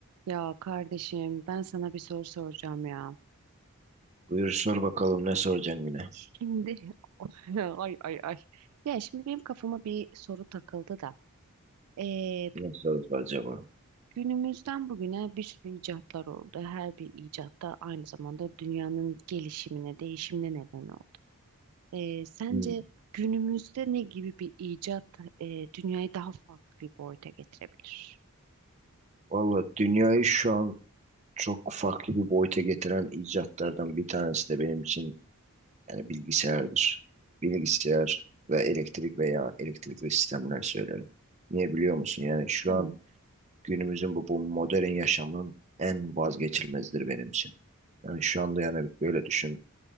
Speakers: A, on the right (about 85°); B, on the right (about 30°).
A: Ya kardeşim ben sana bir soru soracağım ya.
B: Buyur sor bakalım ne soracaksın yine?
A: Şimdi <laughs> ay ay ay. Ya şimdi benim kafama bir soru takıldı da. Ee,
B: Ne sorusu acaba?
A: günümüzden bugüne bir sürü icatlar oldu. Her bir icat da aynı zamanda dünyanın gelişimine, değişimine neden oldu. Ee, sence
B: Hmm.
A: günümüzde ne gibi bir icat e, dünyayı daha farklı bir boyuta getirebilir?
B: Valla dünyayı şu an çok farklı bir boyuta getiren icatlardan bir tanesi de benim için yani bilgisayardır. Bilgisayar ve elektrik veya elektrikli sistemler söylerim. Niye biliyor musun? Yani şu
A: Değil
B: an
A: mi?
B: günümüzün bu, bu modern yaşamın en vazgeçilmezidir benim için. Yani şu anda yani böyle düşün.